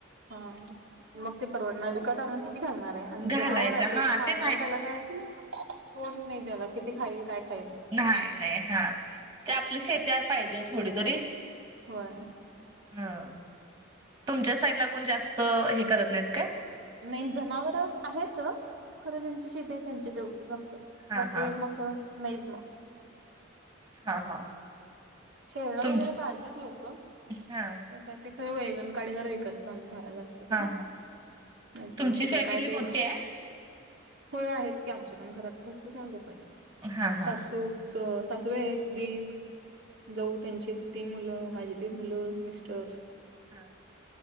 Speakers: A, on the right; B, on the right.
A: हा मग ते परवडणार ये विकत आणून किती घालणार ये आणि
B: घालायचा
A: जनावर आहे ते
B: हा
A: खाणार,
B: नाही
A: हाये काय कोड नाही त्याला किती खाईल, काय खाईल?
B: नाही- नाही हा ते आपल्या शेतीला पाहिजेच थोडी तरी.
A: होय,
B: हं, तुमच्या साईड ला कोण जास्त हे करत नाहीत काय?
A: नाही जनावर आहे त खरं ज्यांची शेती आहे, त्यांचे तेवढंच फक्,
B: हा
A: बाकी
B: हा हा
A: मक नहीच म,
B: हा -हा,
A: शेरडं
B: तुमची
A: वगैरे पाळतात लोकं,
B: हा
A: पण काय ते सगळं वैगन काळी जरा विकत म्हण घरायला ते झालं,
B: हा हा
A: नाही तर
B: तुमची
A: मग कुठं
B: फॅमिली
A: काय ते
B: मोठी आहे
A: होय आहेत की आमच्या पण घरात, भरपूर जण लोक आहेत
B: हा
A: सासू
B: हा
A: स सासवे आहेत, दीर जाऊ त्यांची तीन मुलं, माझी तीन मुलं, मिस्टर
B: हा,